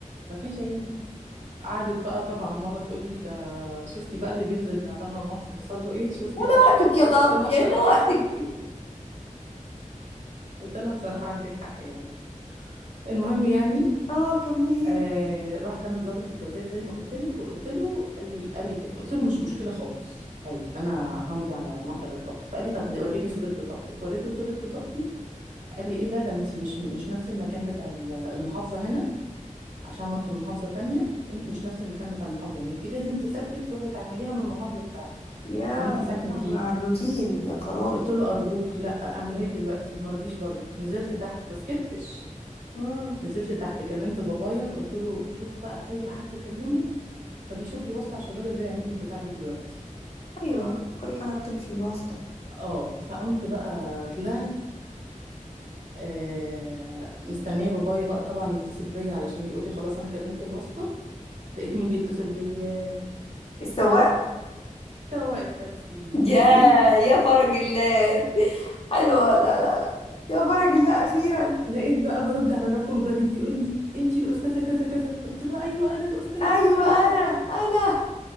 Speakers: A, on the right; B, on the left.
A: مفيش عيد قعدت بقى طبعا ماما تقول لي ده شفتي بقى اللي بينزل على ما مامتي بيحصل له ايه شفتي
B: وده
A: بقى مش
B: وقتك
A: عارف
B: يا
A: ايه
B: طنط
A: قلت لها بصراحة
B: يعني ده وقتك
A: <laughs> قلت لها بصراحة عندك حق يعني المهم يعني
B: اه كملي
A: آه رحت انا لضابط الجوازات زي ما قلت لك وقلت له قال لي قال لي كده قلت له مش مشكله خالص عادي انا همضي على معدل الرفاقة فقال لي طب هوريني صوره بطاقتك وريته صوره بطاقتي قال لي ايه ده ده انت مش مش نفس المكان بتاع ال- المحافظه هنا عشان ما انت من محافظه تانية قال لي انت مش نفس المكان بتاع المحافظه هنا انت لازم تسافري تروحي تعمليها من المحافظه بتاعتك
B: يا
A: ان انت ساكنه
B: لهوي
A: فيها
B: على الروتين يا خرابي
A: قلت له ارجوك لا اعملها لي دلوقتي ما رضيش برضه نزلت تحت ما سكتش
B: امم
A: نزلت تحت كلمت بابايا قلت له شوف بقى اي حد كلمه خليه يشوف لي واسطه عشان الراجل ده يعمل لي البتاع دي دلوقتي
B: ايوه كل حاجه بتمشي بالواسطه
A: اه فقمت بقى طلعت آه مستنيه بابايا بقى طبعا يتصل بيا علشان يقول لي خلاص انا كلمت الواسطه لقيت مين بيتصل بيا
B: السواق
A: سواق التاكسي
B: يا يا فرج الله حلوه لا لا لا يا فرج الله اخيرا
A: <laughs> لقيت بقى برد على رقم غريب بيقول لي انتي الاستاذه كذا كذا قلت له ايوه انا الاستاذه
B: ايوه
A: كذا كذا
B: انا انا